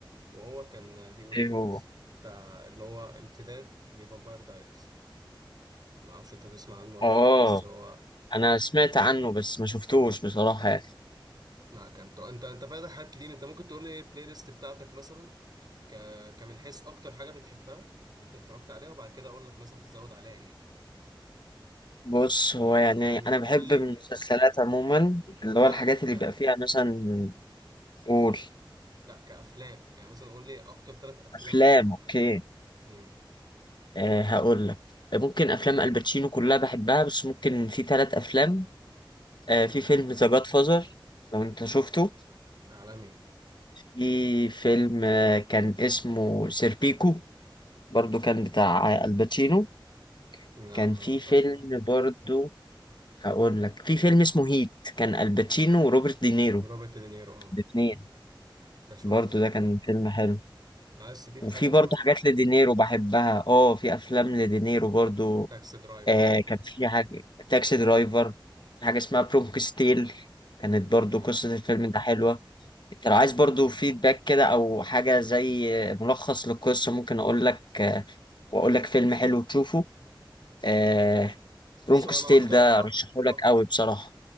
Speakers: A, on the right; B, on the left.
A: وهو كان دي اوريجينالز
B: ايه هو
A: بتاع اللي هو امتداد لفامباير دايريز ما اعرفش انت تسمع عنه ولا
B: اه
A: لا بس هو
B: انا سمعت
A: كان
B: عنه بس ما شفتوش بصراحة يعني
A: لا كان تو... انت انت فاتح حاجات كتير انت ممكن تقول لي ايه البلاي ليست بتاعتك مثلا ك... كمن حيث اكتر حاجه بتحبها ان انت اتفرجت عليها وبعد كده اقول لك مثلا تزود عليها ايه
B: بص هو يعني
A: يعني
B: انا بحب
A: قول لي
B: من المسلسلات عموما اللي
A: لا
B: هو الحاجات
A: لا ك
B: اللي بيبقى فيها مثلا قول
A: لا كافلام يعني مثلا قول لي اكتر ثلاث افلام
B: افلام
A: حبيتهم
B: اوكي
A: امم
B: أه هقول لك ممكن افلام الباتشينو كلها بحبها بس ممكن في ثلاث افلام أه
A: امم
B: في فيلم ذا جاد فازر لو انت شفته
A: عالمي
B: في فيلم آه، كان اسمه سيربيكو برضو كان بتاع الباتشينو
A: لا
B: كان
A: ما
B: في
A: اتفرجتش
B: فيلم
A: عليه
B: برضو هقول لك في فيلم اسمه هيت كان الباتشينو وروبرت دينيرو
A: روبرت دينيرو اه
B: الاثنين
A: ده شفته
B: برضو
A: انا
B: ده كان فيلم حلو
A: عايز تضيف
B: وفي
A: حاجه طبعا
B: برضو
A: ليه
B: حاجات لدينيرو بحبها اه في افلام لدينيرو برضو
A: تاكسي درايفر
B: آه كان في حاجة تاكسي درايفر في حاجة اسمها برومك ستيل كانت برضو
A: امم
B: قصة الفيلم ده حلوة انت لو عايز
A: امم
B: برضو فيدباك كده او حاجة زي ملخص للقصة ممكن اقول لك آه واقول لك فيلم حلو تشوفه آه
A: بص
B: برومك
A: هو
B: ستيل
A: انا اكتر
B: ده
A: أ...
B: ارشحه لك
A: أك...
B: قوي بصراحة